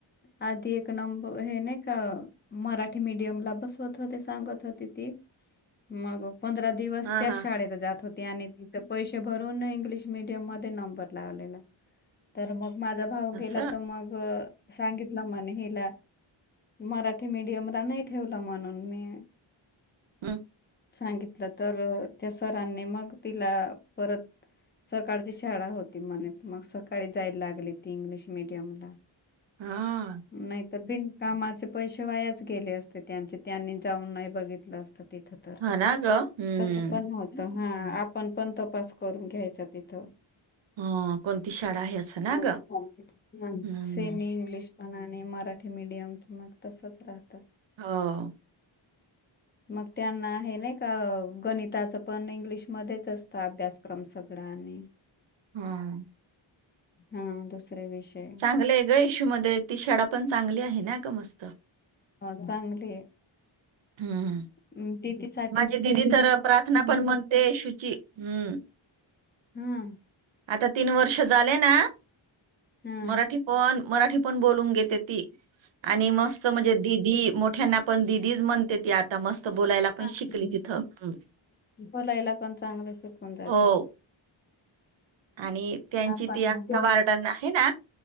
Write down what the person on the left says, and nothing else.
आधी एक नंब हे नाही का. मराठी मडियम ला बसवत होते सांगत होती ती मग पंधरा. दिवस
त्याच
शाळेत जात होती आणि तिथे पैसे भरून इंग्लिश मिडियम मध्ये नंबर लावलेला. तर मग माझा भाऊ
गेला तर मग सांगितलं म्हणे हिला. मराठी मीडियमला नाही ठेवलं म्हणून मी.
सांगितलं तर त्या सरांनी मग तिला परत. सकाळची शाळा होती म्हणे मग सकाळी जायला लागली ती इंग्लिश मिडियमला.
नाही तर बिनकामाचे पैसे वायाच गेले असते त्यांचे त्यांनी जाऊन नाही बघितलं असतं तिथं. तर
तस पण होत हा आपण पण तपास करून घ्यायचा तिथं.
कोणती
सेमी. इंग्लिश पण आणि मराठी मिडियम मग तसच राहतं.
मग त्यांना हे नाही का गणिताच पण इंग्लिश मध्येच असत. तो अभ्यासक्रम सगळा आणि.
ह दुसरे विषय.
ह चांगली आहे.
अह ती तेथ.
हम्म.
हा
हा
बोलायला पण चांगले शिकून जातात.
आपण